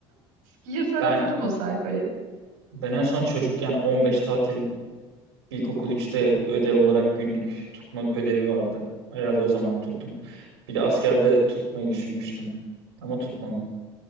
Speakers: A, on the right; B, on the right.
A: yırtar
B: Ben
A: atarım o sayfayı.
B: ben en son çocukken 15 tatil İlkokul üçte ödev olarak günlük tutma ödevi vardı. Herhalde o zaman tuttum. Bir de askerde tutmayı düşünmüştüm. Ama tutmadım.